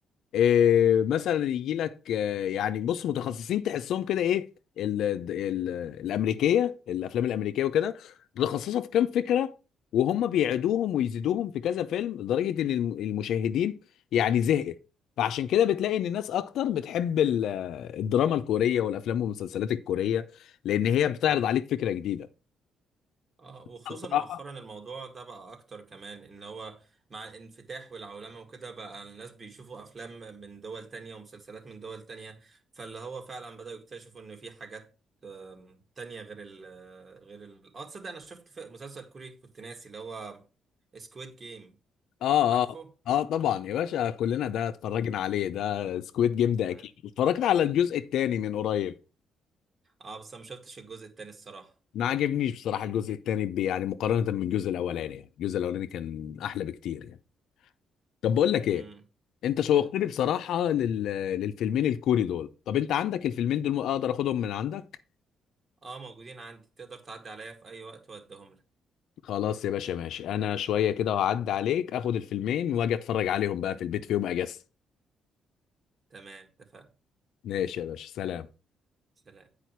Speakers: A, on the left; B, on the right.
A: إيه مثلا يجي لك آه، يعني بص متخصصين تحسهم كده ايه ال ال الامريكيه الافلام الامريكيه وكده متخصصه في كام فكره وهم بيعيدوهم ويزيدوهم في كذا فيلم لدرجه ان الم- المشاهدين يعني زهقت فعشان كده بتلاقي ان الناس اكتر بتحب ال- الدراما الكوريه والافلام والمسلسلات الكوريه لان هي بتعرض عليك فكره جديده
B: اه وخصوصا
A: بصراحه
B: مؤخرا الموضوع ده بقى اكتر كمان ان هو مع الانفتاح والعولمة وكده بقى الناس بيشوفوا افلام من دول تانية ومسلسلات من دول تانية فاللي هو فعلا بدأوا يكتشفوا ان في حاجات آم، تانية غير ال غير ال اه تصدق انا شفت في مسلسل كوري كنت ناسي اللي هو سكويد جيم
A: اه
B: عارفه؟
A: اه اه طبعا يا باشا كلنا ده اتفرجنا
B: مم.
A: عليه ده سكويد جيم ده
B: أيوة.
A: اكيد اتفرجت على الجزء الثاني من قريب
B: اه بس انا ما شفتش الجزء التاني الصراحة
A: ما عجبنيش بصراحة الجزء الثاني ب- يعني مقارنة بالجزء الأولاني يعني الجزء الأولاني كان أحلى بكتير يعني طب بقول لك إيه
B: امم
A: أنت شوقتني
B: قولي
A: بصراحة لل... للفيلمين الكوري دول طب أنت عندك الفيلمين دول أقدر أخدهم من عندك
B: اه موجودين عندي تقدر تعدي عليا في اي وقت واديهم لك
A: خلاص يا باشا ماشي أنا شوية كده هعدي عليك أخد الفيلمين وأجي أتفرج عليهم بقى في البيت في يوم أجازة
B: تمام اتفقنا
A: ماشي يا باشا سلام
B: سلام